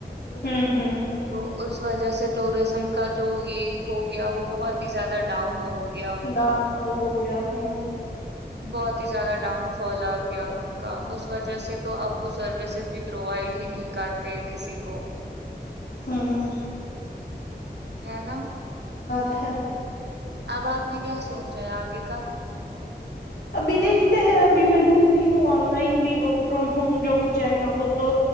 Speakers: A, on the left; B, on the right.
A: ہ ہ ہ
B: تو اس وجہ سے ٹوریزم کا جو یہ ہو گیا وہ بہت ہی زیادہ ڈاؤن ہو گیا ان
A: ڈاؤن
B: کا
A: فال ہو گیا ہ
B: بہت ہی زیادہ ڈاؤن فال آ گیا ان کا اس وجہ سے تو اب وہ سروسز بھی پرووائڈ ہی نہیں کرتے کسی کو
A: ہ
B: ہے نا
A: اٹھ
B: اب آپ نے کیا سوچا ہے آگے کا
A: ابھی دیکھتے ہیں ابھی میں ڈھونڈ رہی ہوں آن لائن بھی ورک فرام ہوم جو ہو جائے گا وہ تو